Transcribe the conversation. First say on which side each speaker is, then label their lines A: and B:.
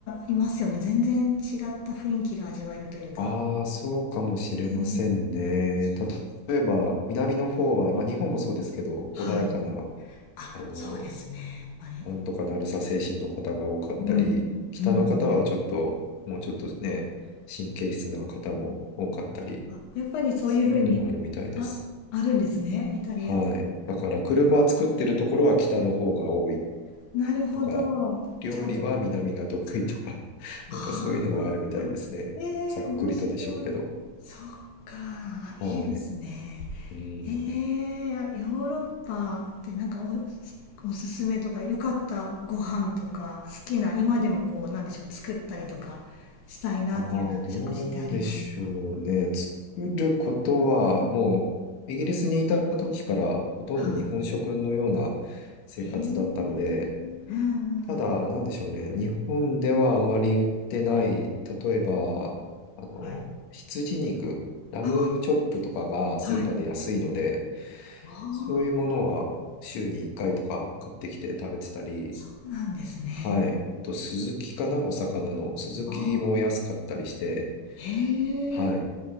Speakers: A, on the left; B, on the left.
A: いますよね。全然違った雰囲気が味わえるというか。
B: ああ、そうかもしれませんね。
A: えーあそうなんか
B: 例えば、南の方は、まあ、日本もそうですけど、
A: はい。
B: 穏やかな、
A: あ、
B: あの、
A: そうですね。やっぱり。
B: なんとかなるさ精神の方が多かったり、
A: うん。
B: 北の方はちょっと、
A: うんうん。
B: もうちょっとね、神経質な方も多かったり、
A: あ、やっぱりそういうふうに、
B: そういうのもあるみたいです。
A: あ、あるんですね。イタリアとかの。
B: はい。
A: へ
B: だから、車作ってるところは北の方が多い
A: えなるほど。
B: とか、料理は南が得意とか、
A: ちゃんと。
B: <laughs>
A: ああ、
B: なんかそういうのもあるみたいですね。
A: ええー面白い。
B: ざっくりとでしょうけど。
A: そっか、あいいですね。
B: はい。うん。
A: ええーヨーロッパってなんかお、おすすめとか、良かったご飯とか、好きな、今でもこう、なんでしょう、作ったりとかしたいなっていうような食事ってありますか
B: ああ、どうでしょうね。作ることは、もう、イギリスにいた時からほとんど日本食のような
A: は
B: 生活だったので、
A: い。ええうんうん
B: ただ、なんでしょうね。日本ではあまり売ってない、例えば、あの、
A: はい。
B: 羊肉、ラムチョップとかがスーパーで安いので、
A: ああ、はい。ああ、
B: そういうものは週に1回とか買ってきて食べてたり、
A: そうなんですね。
B: はい。あと、スズキかなお魚の。スズキも安かったりして、
A: ああ、へえ、
B: はい。
A: え、